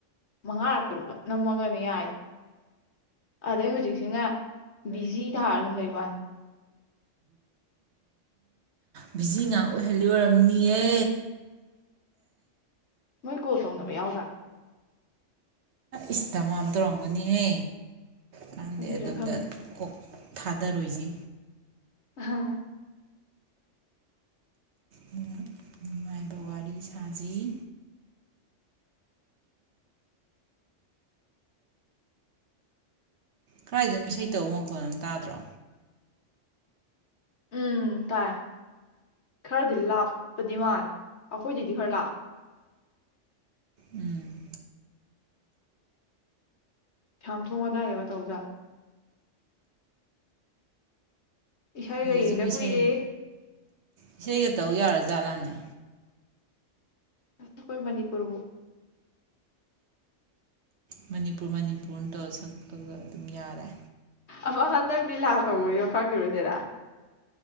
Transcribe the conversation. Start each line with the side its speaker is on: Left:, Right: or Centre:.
Left: ꯃꯉꯥꯔ ꯇꯔꯨꯛꯛꯇ ꯅꯝꯃꯒꯅꯦ ꯌꯥꯏ ꯑꯗꯩ ꯍꯧꯖꯤꯛꯁꯤꯅꯦ ꯕꯤꯖꯤ ꯊꯥꯔ ꯑꯗꯨꯝ ꯂꯩꯕꯅꯤ
Right: ꯕꯤꯖꯤ ꯉꯍꯥꯛ ꯑꯣꯏꯍꯜꯂꯤ ꯑꯣꯏꯔꯝꯅꯤꯌꯦ
Left: ꯃꯣꯏ ꯀꯣꯁꯧꯅꯕꯚꯩ ꯌꯥꯎꯖꯥꯛ
Right: ꯏꯁꯇꯃꯝ ꯇꯧꯔꯝꯒꯅꯤꯍꯦ ꯀꯥꯟꯗꯤ
Left: ꯑꯗꯨꯏꯔꯥ
Right: ꯑꯗꯨꯝꯗ
Left: ꯈꯪꯗꯦ
Right: ꯀꯣꯛ ꯊꯥꯗꯔꯣꯏꯁꯤ
Left: ꯍ
Right: ꯅꯨꯡꯉꯥꯏꯕ ꯋꯥꯔꯤ ꯁꯥꯖꯩ ꯀꯔꯏꯗꯣ ꯏꯁꯩ ꯇꯧꯕ ꯃꯈꯣꯠꯅꯝ ꯇꯥꯗ꯭ꯔꯣ
Left: ꯎꯝ ꯇꯥꯏ ꯈꯔꯗꯤ ꯂꯥꯞꯄꯗꯤ ꯃꯥꯥꯟ ꯑꯩꯈꯣꯏꯗꯗꯤ ꯈꯔ ꯂꯥꯞ
Right: ꯎꯝ
Left: ꯁꯝ ꯊꯣꯡꯉꯗꯥꯏꯔꯦꯕ ꯇꯧꯖꯥꯠꯂ ꯏꯁꯩꯥꯒꯌꯦꯡꯗ
Right: ꯍꯧꯖꯤꯛꯁꯤꯕꯨ
Left: ꯀꯨꯏꯔꯦ
Right: ꯏꯁꯩ ꯏꯁꯩꯒ ꯇꯧ ꯌꯥꯔꯖꯥꯠꯂꯥꯅꯦ
Left: ꯑꯁ ꯀꯣꯏ ꯃꯅꯤꯄꯨꯔꯕꯨ
Right: ꯃꯅꯤꯄꯨꯔ ꯄ ꯃꯅꯤꯄꯨꯔ ꯇꯧ ꯁꯛꯂ ꯎꯝ ꯌꯥꯥꯔꯦ
Left: ꯑꯃ ꯍꯟꯗꯛ ꯂꯤꯂꯥ ꯇꯧꯕꯩꯗꯣ ꯈꯪꯉꯤꯕꯣ ꯆꯦ ꯅꯪ